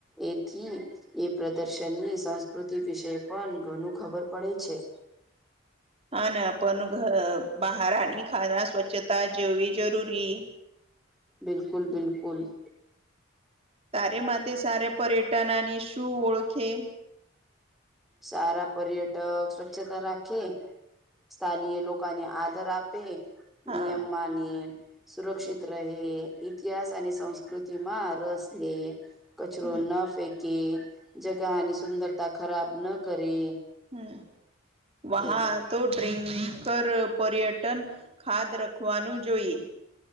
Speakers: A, in the centre; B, on the right.
A: એથી એ પ્રદર્શની સંસ્કૃતિ વિશે પણ ઘણું ખબર પડે છે.
B: હા ના પણ ઘ બહારની ખાના સ્વચ્છતા જેવી જરૂરી.
A: બિલકુલ બિલકુલ.
B: તારે માટેથે સારે પર્યટનની શું ઓળખે.
A: સારા પર્યટક સ્વચ્છતા રાખી સ્થનીય લોકો ને આધર આપે
B: હા
A: નિયમમાંની સુરક્ષિત રહે, ઇતિહાસ અને સંસ્કૃતિમાં રસ લે. કચરો
B: હમ
A: ન ફેંકે, જગાની સુંદરતા ખરાબ ન કરે.
B: હમ્મ, વાહ
A: એમ
B: તો ડ્રિકર પર્યટન ખાદ રખવાનું જોઈ.